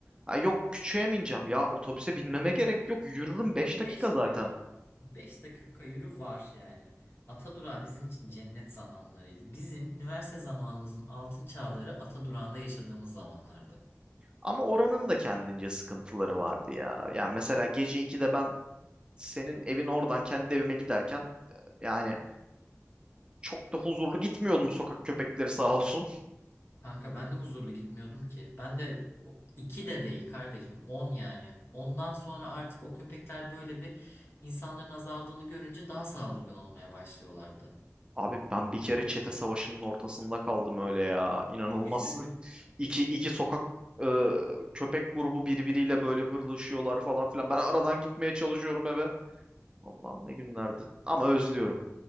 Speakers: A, on the right; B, on the left.
A: Ha, yok küçüğe mi ineceğim ya otobüse binmeme gerek yok yürürüm 5 dakika
B: Beş
A: zaten.
B: dakika. Beş dakika yürü var yani. Atadurağı bizim için cennet zamanlarıydı. Bizim üniversite zamanımızın altın çağları Atadurağı'nda yaşadığımız zamanlardı.
A: Ama oranın da kendince sıkıntıları vardı ya. Yani mesela gece 2'de ben senin evin oradan kendi evime giderken yani çok da huzurlu gitmiyordum sokak köpekleri sağ olsun.
B: Kanka ben de huzurlu gitmiyordum ki. Ben de o- iki de değil kardeşim. On yani. Ondan sonra artık o köpekler böyle bir insanların azaldığını görünce daha saldırgan olmaya başlıyorlardı.
A: Abi ben bir kere çete savaşının ortasında kaldım öyle ya. İnanılmazsın.
B: <laughs>
A: <laughs> İki, iki sokak e, köpek grubu birbiriyle böyle hırlaşıyorlar falan filan. Ben aradan gitmeye çalışıyorum eve. Allah'ım ne günlerdi. Ama özlüyorum.